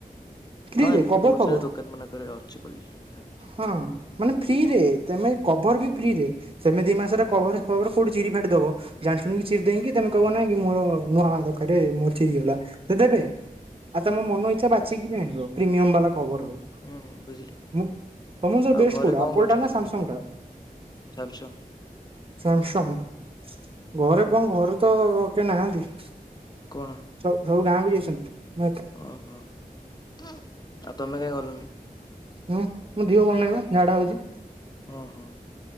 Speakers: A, on the right; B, on the left.
A: ଫିରେ
B: ହଁ ଏମିତି
A: ଦବ
B: ବହୁତ
A: କଭର
B: ସାରା ଦୋକାନ
A: <inaudible>
B: ମାନଙ୍କରେ ଅଛି ବୋଲି ମୁଁ ଜାଣିଛି।
A: ହଁ ମାନେ ଫିରେ କଭର ବି ଫିରେ ତମେ ଦି ମାସ କ କୋଉଠି ଚିରି ଫାଟି ଦବ ଜାଣିଛୁୁ ଚିରି ଦେଇକି ତମେ କହବି ନାଇଁ ମୋର ନୂଆ <unintelligible> ମୋର ଚିରି ଗଲା। ଦେବେ? ତମ
B: ହୁଁ
A: ମନଇଚଛା ବାଛିକି ବି ଆଣିବ । ପ୍ରିମିୟମ ବାଲା ଖବର ହ
B: ହୁଁ ହୁଁ
A: <inaudible>
B: ବୁଝିଲି
A: ମୁଁ ତମର କଉଟା
B: ଆଉ
A: ବେଷ୍ଟ
B: ଘରେ
A: କୋଉ ଟା
B: କଣ
A: ଆପଲ
B: କରୁଛନ୍ତି
A: ଟା ନା ସାମସଂଙ୍ଗ
B: ସମସ୍ତେ?
A: ଟା।
B: ସାମସଙ୍ଗ
A: <inaudible> ସାମଶଙ୍ଗ ଘରେ ଆପଣଙ୍କ ଘରେ ତ କେହି ନାହାନ୍ତି ।
B: କଣ
A: ସ ସବୁ ଗାଁକୁ ଯାଇ--‌ <inaudible>
B: ଓହୋ <inaudible> ଆଉ ତମେ କାଇ ଗଲନି?
A: ହୁଁ ମୋ ଦିହ ଭଲ ନାଇ ବା ଝାଡା ହଉଛି।
B: ଓ ହୋ